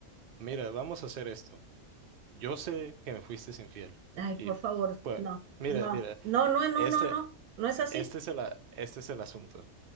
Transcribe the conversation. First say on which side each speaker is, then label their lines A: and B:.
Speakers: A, on the right (about 65°); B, on the right (about 90°).
A: mira, vamos a hacer esto. Yo sé que me fuiste infiel.
B: Ay,
A: Y
B: por favor,
A: pues,
B: no,
A: mira,
B: no,
A: mira,
B: no, no, no,
A: este,
B: no, no, no es así.
A: este es el, a- este es el asunto.